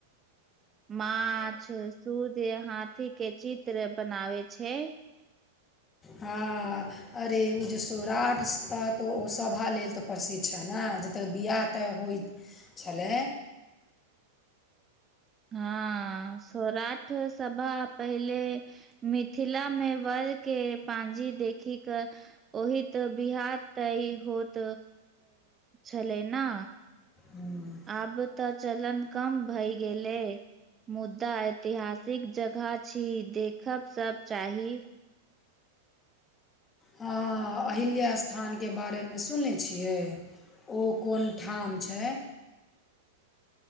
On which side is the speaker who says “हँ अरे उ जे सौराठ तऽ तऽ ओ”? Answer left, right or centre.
Left